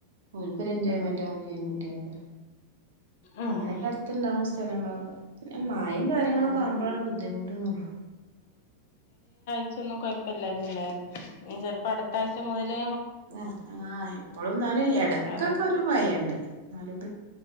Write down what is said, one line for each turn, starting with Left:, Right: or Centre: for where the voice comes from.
Right: ഒര്ക്കൊര് എൻജോയ്മെൻ്റകും
Left: ഉം
Right: ചെയ്യും കുട്ടികക്ക്
Left: ഉം
Right: അങ്ങനെക്കെ അടുത്ത്ണ്ടാവും സ്ഥലങ്ങളൊക്കെ പിന്നെ മഴെയും കാര്യങ്ങളൊക്കെ
Left: ആഹ്
Right: ആവ്മ്പളാണ് ബുദ്ധിമുട്ടന്നോള്ളു
Left: <unintelligible> കൊയ്പ്പില്ലരുന്നില്ലെ ന്നി ചെൽപ്പോ അടുത്താഴ്ച മൊതല്
Right: ആഹ് ആഹ് ഇപ്പളും ന്നാന് എടക്കക്കൊര്
Left: ഞാന്
Right: മയണ്ട് ന്നാലും